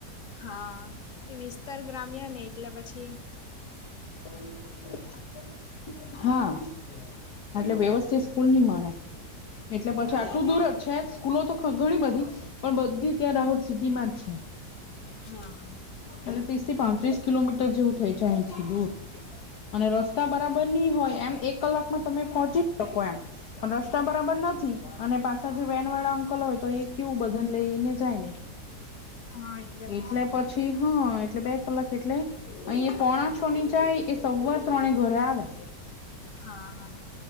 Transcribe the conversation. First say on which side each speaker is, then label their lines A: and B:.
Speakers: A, on the left; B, on the left.
A: હા એ વિસ્તાર ગ્રામ્ય ને એટલે પછી
B: <unintelligible> હા એટલે વ્યવસ્થિત સ્કૂલ નય મળે એટલે પછી
A: હા
B: આટલું દૂર જ છે જ સ્કૂલો તો ઘણી બધી પણ બધી ત્યાં દાહોદ સિટીમાં જ છે.
A: હા
B: એ ત્રીસ થી પાંત્રીસ કિલોમીટર જેવું થઈ જાય દૂર અને રસ્તા બરાબર નહી હોય એમ એક કલાકમાં તમે પહોંચી શકો એમ પણ રસ્તા બરાબર નથી અને પાછ જે વેન વાળા અંકલ હોય તો એ કેવું બધાન લઈને જાય.
A: હા વાર
B: એટલે
A: લાગે.
B: પછી હ એટલે બે કલાક એટલે અહીં પોણા છોની જાય એ સવા ત્રણે ઘરે આવે.
A: હા હા